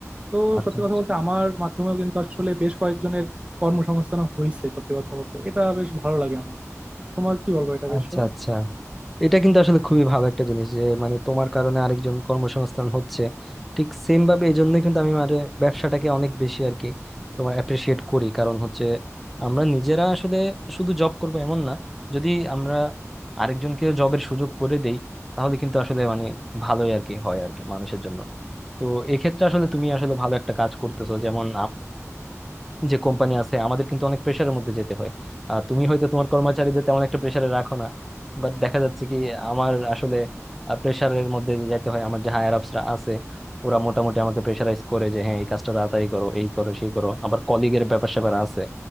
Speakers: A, on the right; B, in the centre.
A: তো
B: আচ্ছা
A: সত্যি
B: আচ্ছা
A: কথা বলতে আমার মাধ্যমেও কিন্তু আসলে বেশ কয়েকজনের কর্মসংস্থান হয়েছে সত্যি কথা বলতে এটা বেশ ভালো লাগে আমার তোমার কি বলবো এটা
B: আচ্ছা
A: বিষয়ে
B: আচ্ছা এটা কিন্তু আসলে খুবই ভালো একটা জিনিস যে মানে তোমার কারণে আরেকজন কর্মসংস্থান হচ্ছে ঠিক সেম ভাবে এই জন্য কিন্তু আমি মানে ব্যবসাটাকে অনেক বেশি আর কি তোমার অ্যাপ্রিসিয়েট করি কারণ হচ্ছে আমরা নিজেরা আসলে শুধু জব করব এমন না যদি আমরা আরেকজনকে জবের সুযোগ করে দেই তাহলে কিন্তু আসলে মানে ভালোই আর কি হয় আর কি মানুষের জন্য তো এক্ষেত্রে আসলে তুমি আসলে ভালো একটা কাজ করতেছো যেমন যে কোম্পানি আছে আমাদের কিন্তু অনেক প্রেশারের মধ্যে যেতে হয় আর তুমি হয়তো তোমার কর্মচারীদের তেমন একটা প্রেশারে রাখো না বাট দেখা যাচ্ছে কি আমার আসলে প্রেশারের মধ্যে যেতে হয় আমার যে হায়ার আপসরা আছে ওরা মোটামুটি আমাকে প্রেশারাইজ করে যে হ্যাঁ এই কাজটা তাড়াতাড়ি করো এই করো সেই করো আবার কলিগের ব্যাপার স্যাপার আছে